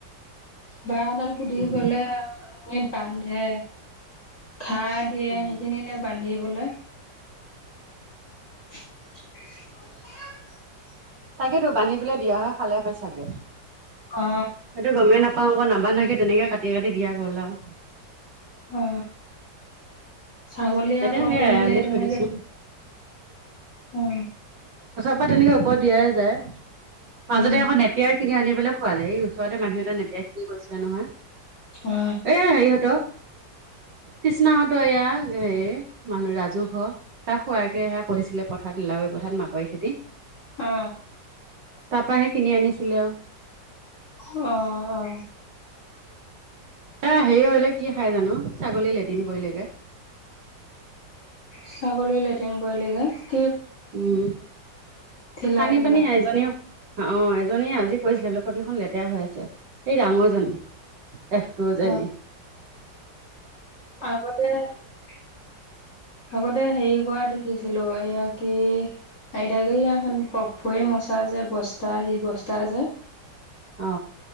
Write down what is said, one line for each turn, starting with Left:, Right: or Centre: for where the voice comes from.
Left: বাহডাল পুতিবলে
Right: উম
Left: <unintelligible> বান হে ঘা দিয়ে
Right: উম
Left: সেইখিনিতে বান্ধিবলৈ <unintelligible>
Right: তাকেতো বান্ধি পেলৈ দিয়া হয় খালে হয় চাগে
Left: অ
Right: সেইটো গমেই নাপাওঁ আকৌ নাম বান্ধাকে তেনেকে কাটি কাটি দিয়া গ'ল আৰু
Left: অ ছাগলীয়ে
Right: এতিয়া
Left: আকৌ
Right: সেয়াই
Left: পোহিলে
Right: আলি
Left: তেনেকে
Right: থৈ দিছো
Left: উ
Right: আকৌ তেনেকে ওপৰত দিয়াই যায় মাজতে
Left: উম
Right: আকৌ নেপিয়াৰ কিনি আনি লে খোৱালে এই ওচৰতে মানুহ এটা নেপিয়া শিনি গৈছিলে নহয়
Left: অ
Right: এ হেৰিহত তৃষ্ণা হতৰ এ সে মানুহ ৰাজহুৱ তাক খোৱাকে সে কৰিছিলে পথাত <unintelligible> পথাৰত মাকৈ খেতি
Left: অ
Right: তাপাহে কিনি আনিছিলে আওঁ
Left: অ অ
Right: এ হেৰি হলে কি খাই জানো ছাগলী লেট্ৰিন কৰিলেজে
Left: ছাগলী লেট্ৰিন কৰিলেগজে
Right: উম
Left: ঢিলা
Right: পানী
Left: ঢিলা
Right: পানী এজনীও অ এজনী আ কৰিছিলে বলে প্ৰতিখন লেতেৰা হৈ আছে এই ডাঙৰজনী একো জানি
Left: অ আগতে আগতে হেৰি কৰা দিশ দেখিছিলো এয়া কি আইতাকাকে পফুৱে মচা যে বস্তা সি বস্তা তাজে
Right: অ